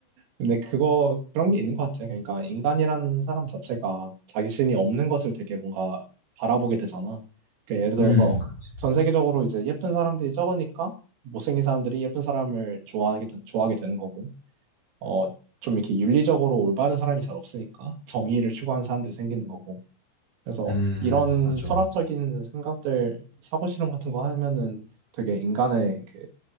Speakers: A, on the right (about 75°); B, on the left (about 35°).
A: 근데 그거 그런 게 있는 것 같아. 그러니까 인간이란 사람 자체가 자기 신이 없는 것을 되게 뭔가 바라보게 되잖아. 그러니까 예를 들어서
B: 음, 그렇지.
A: 전 세계적으로 이제 예쁜 사람들이 적으니까 못생긴 사람들이 예쁜 사람을 좋아하게 되- 좋아하게 되는 거고, 어 좀 이렇게 윤리적으로 올바른 사람이 잘 없으니까 정의를 추구하는 사람들이 생기는 거고. 그래서
B: 음,
A: 이런
B: 맞아.
A: 철학적인 생각들 사고 실험 같은 거 하면은 되게 인간의 그